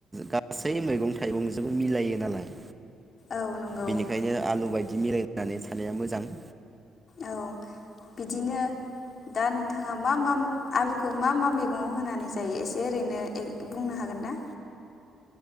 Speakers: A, on the right; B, on the left.
A: गासै मैगं थाइगंजोबो मिलायो नालाय।
B: औ नंगौ
A: बेनिखायनो आलु बाय मिलायनानै थानायानाया मोजां।
B: औ बिदिनो दा नोंथाङा मा मा आलुखौ मा मा मैगंआव होनानै जायो एसे ओरैनो बुंनो हागोन ना?